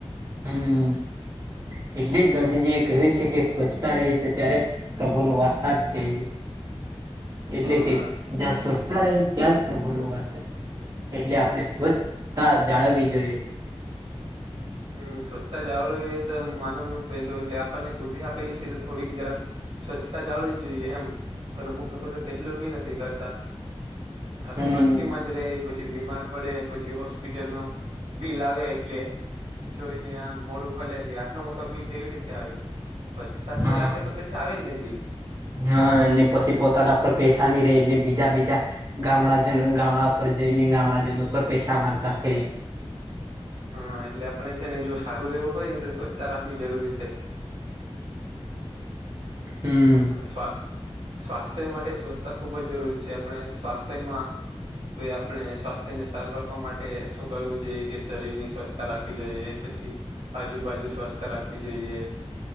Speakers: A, on the right (about 35°); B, on the right (about 90°).
A: હમ્મ. એટલે જ ગાંધીજી એ કહ્યું છે કે સ્વચ્છતા રહે છે ત્યારે પ્રભુ નુ વારસા જ છે એટલે
B: હા
A: કે જ્યાં સ્વચછતા રહી ત્યાં જ બોલો વાસરે એટલે આપણે સ્વચ્છતા જાળવવી જોઈએ.
B: હમ્મ સ્વચ્છતા જાળવવી એ તો માનવ નું પેલું એટલે આપણને બુદ્ધ પેલી થોડી જરાક સ્વચ્છ જાળવી જ જોઈએ એમ પણ અમુક લોકો તો તેટલું બી નથી કરતા આખું
A: હમ
B: ગંદકીમા જ રે પછી બીમાર પડે પછી હોસ્પિટલ નુ બિલ આવે એટલે જોઈ ને આમ મોડું ખોલે કે આટલો મોટો બિલ કેવી રીતે આવે સ્વચ્છતા
A: હા
B: ની રાખે તો પછી આવે જ ને બિલ
A: હા અને પછી પોતાના પર પૈસાની ચાલી રહે એટલે બીજા બીજા ગામડાજનો ગામડા ઉપર જઈને ગામડા જનો પર પૈસા માંગતા ફરી
B: હા એટલે આપણે છે ને જો સારું રહેવું હોય ને તો સ્વચ્છતા રાખવી જરૂરી છે.
A: હમ
B: શું સ્વા સ્વાસ્થ્ય માટે સ્વચ્છતા ખુબ જ જરૂરી છે આપણે સ્વાસ્થ્યમાં તો આપણે સ્વાસ્થ્યને સારું રાખવા માટે શું કરવું જોઈએ કે શરીર ની સ્વચ્છતા રાખવી જોઈએ. પછી આજુબાજુ સ્વસ્થ રાખવી જોઈએ